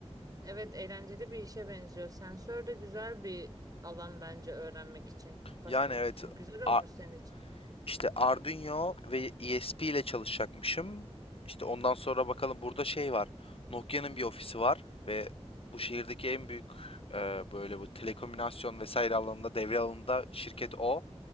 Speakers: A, on the right; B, on the left.
A: Evet, eğlenceli bir işe benziyor. Sensör de güzel bir alan bence öğrenmek için, başlamak
B: Yani evet.
A: için. Güzel olmuş
B: a-
A: senin için.
B: İşte Arduino ve ESP ile çalışacakmışım. İşte ondan sonra bakalım burada şey var. Nokia'nın bir ofisi var ve bu şehirdeki en büyük e, böyle bu telekomünikasyon vesaire alanında devre alanında şirket o.